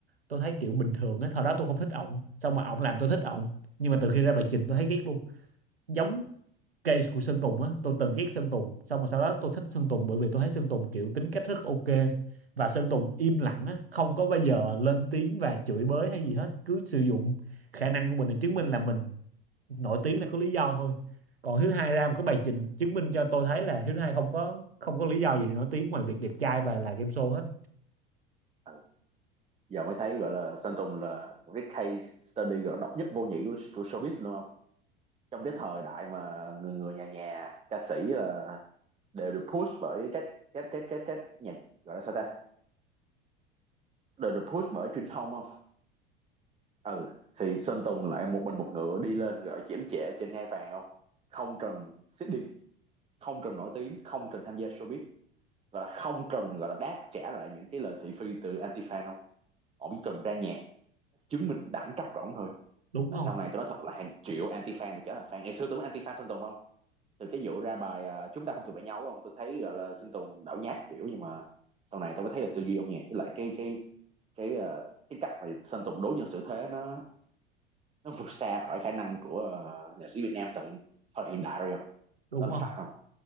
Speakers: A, on the right; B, on the right.
A: tôi thấy kiểu bình thường á thời đó tôi không thích ông xong mà ông làm tôi thích ông nhưng mà từ khi ra bài trình tôi thấy ghét luôn giống case của Sơn Tùng á tôi từng ghét Sơn Tùng xong rồi sau đó tôi thích Sơn Tùng bởi vì tôi thấy Sơn Tùng kiểu tính cách rất ok và Sơn Tùng im lặng á không có bao giờ lên tiếng và chửi bới hay gì hết cứ sử dụng khả năng của mình để chứng minh là mình nổi tiếng là có lý do thôi còn Hiếu Hai ra một cái bài trình chứng minh cho tôi thấy là Hiếu Hai không có không có lý do gì để nổi tiếng ngoài việc đẹp trai và là game show hết
B: Ừ, giờ mới thấy gọi là Sơn Tùng là một cái case study gọi độc nhất vô nhị của, của showbiz luôn không trong cái thời đại mà người người nhà nhà ca sĩ là đều được push bởi các các các các, các nhạc gọi là sao ta đều được push bởi truyền thông không ừ thì Sơn Tùng lại một mình một ngựa đi lên gọi chiếm trẻ trên ngai vàng không không trần seeding không cần nổi tiếng không cần tham gia showbiz gọi là không cần gọi là đáp trả lại những cái lời thị phi từ anti fan không họ chỉ cần ra nhạc chứng minh đẳng cấp của ổng thôi
A: đúng
B: là
A: không
B: sau này tôi nói thật là hàng triệu anti fan thì trở thành fan ngày xưa tôi có anti fan Sơn Tùng không từ cái vụ ra bài à, chúng ta không thuộc về nhau không tôi thấy gọi là Sơn Tùng đảo nhát kiểu nhưng mà sau này tôi mới thấy là tư duy âm nhạc với lại cái cái cái à, cái cách mà Sơn Tùng đối nhân xử thế nó nó vượt xa khỏi khả năng của ờ, nhạc sĩ Việt Nam thời thời hiện đại rồi không
A: đúng
B: đó là
A: không
B: phát không